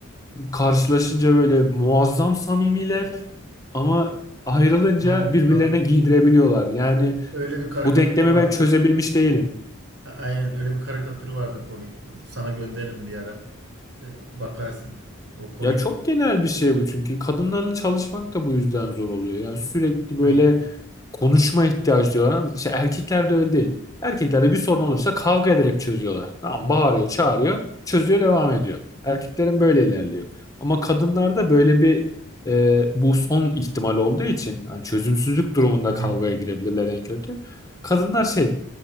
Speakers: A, on the left; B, on the right.
A: Karşılaşınca böyle muazzam samimiler ama ayrılınca
B: Ha,
A: birbirlerine
B: kadın.
A: giydirebiliyorlar. Yani
B: Ö- Öyle bir karikatür
A: bu denklemi
B: vardı.
A: ben çözebilmiş değilim.
B: A- Aynen öyle bir karikatür vardı komik. Sana gönderirim bir ara. Ee, Bakarsın. O komik.
A: Ya çok genel bir şey bu çünkü kadınlarla çalışmak da bu yüzden zor oluyor. Yani sürekli böyle
B: Aynen.
A: konuşma ihtiyacı diyorlar ama işte erkeklerde öyle değil. Erkeklerde bir sorun olursa kavga ederek çözüyorlar. Tamam bağırıyor, çağırıyor, çözüyor, devam ediyor. Erkeklerin böyle ilerliyor. Ama kadınlarda böyle bir e, bu son ihtimal olduğu için hani çözümsüzlük durumunda
B: Hı hı.
A: kavgaya girebilirler en kötü. Kadınlar şey